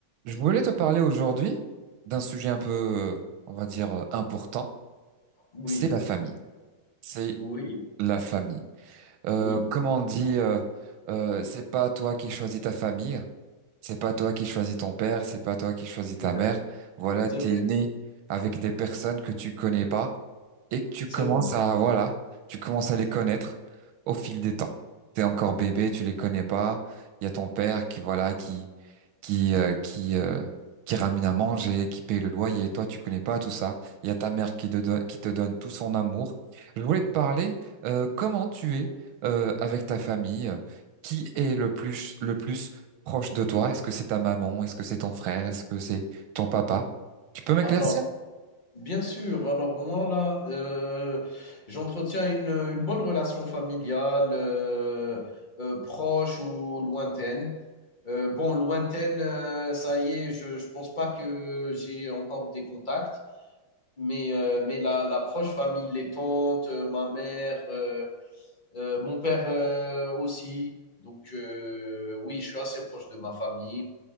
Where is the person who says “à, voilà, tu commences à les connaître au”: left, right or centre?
Right